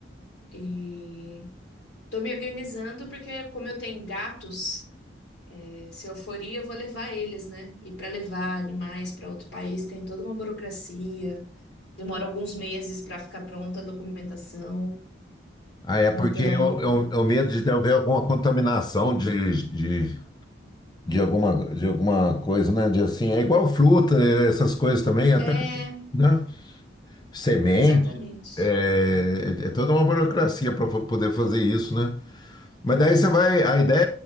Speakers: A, on the left; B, on the left.
A: e tô me organizando porque como eu tenho gatos, é, se eu for ir, eu vou levar eles, né? E para levar animais para outro país tem toda uma burocracia, demora alguns meses para ficar pronta a documentação.
B: ah, é
A: Então,
B: porque eu, eu, eu medo de haver alguma contaminação de, de, de, alguma, de alguma coisa, né? De assim, é igual fruta, eh, essas coisas também, até,
A: é,
B: né? Semente.
A: exatamente.
B: É, é é toda uma burocracia para poder fazer isso, né? Mas daí você vai, a ideia